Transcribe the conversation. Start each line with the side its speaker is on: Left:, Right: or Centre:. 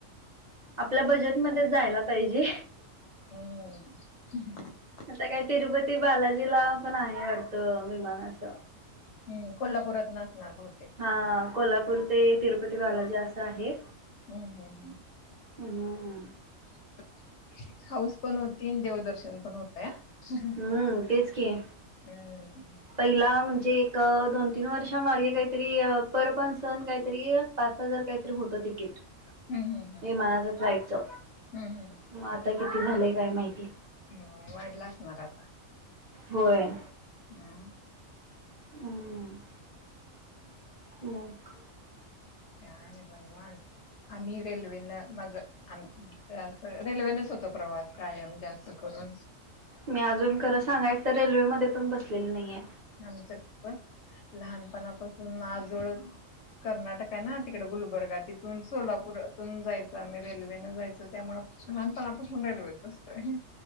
Right: आपल्या बजेटमध्ये जायला पाहिजे.
Left: हम्म. <unintelligible>
Right: आता काय तिरुपती बालाजीला पण आहे वाटतं विमानच.
Left: हम् कोल्हापुरात न असणार बहुतेक.
Right: हा कोल्हापूर ते तिरुपती बालाजी असं आहे.
Left: हम् हम हम्.
Right: हम्म.
Left: <inaudible> <unintelligible> हाऊस पण होती आणि देवदर्शन पण होत. <inaudible>
Right: हम्म तेच की.
Left: हम्म.
Right: पहिला म्हणजे एक दोन-तीन वर्षा मागे काहीतरी पर परसन काहीतरी. पाच हजार काहीतरी होतं तिकीट.
Left: हम हम ह.
Right: विमानाचं जायचं.
Left: हम् हम.
Right: मग आता किती झालंय काय माहिती.
Left: हो वाढला असणार आता.
Right: होय.
Left: हा.
Right: हम्. मग?
Left: काय नाही बा निवांत, आम्ही रेल्वेन मग आ जा, रेल्वेनेच होतो प्रवास कायम जास्त करून.
Right: मी अजून खरं सांगायच तर रेल्वेमध्ये पण बसलेली नाहीये.
Left: आमचं लहानपणापासून आजोळ कर्नाटक हाय ना तिकडे गुलबर्गा तिथून सोलापूरातून जायचं आम्ही रेल्वेनं जायचो त्यामुळ. लहानपणापासून रेल्वेत बसतोय.